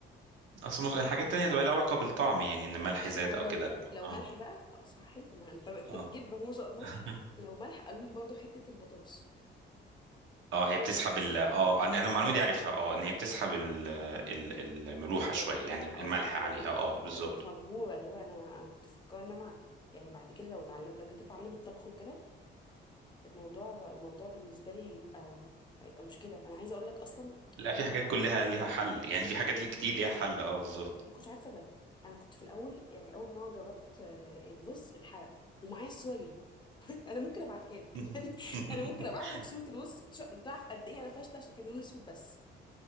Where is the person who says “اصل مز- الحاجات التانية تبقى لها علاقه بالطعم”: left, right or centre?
Right